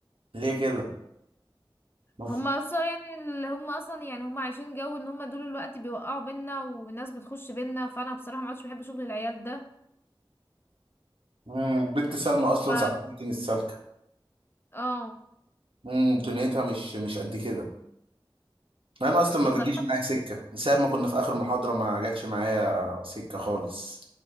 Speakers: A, on the right; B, on the left.
A: ليه كده مف...
B: هما اصلا يعني اللي هما اصلا يعني هما عايشين جو ان هما دول الوقت بيوقعوا بينا والناس بتخش بينا فانا بصراحه ما عادش بحب شغل العيال ده
A: مم. بنت سلمى اصلا
B: ف-
A: صاحبتي مش سالكه
B: اه
A: مم. دنيتها مش مش قد كده انا اصلا ما
B: بصراحه
A: بتجيش معايا سكه من ساعه ما كنا في اخر محاضره ما جاتش معايا سكه خالص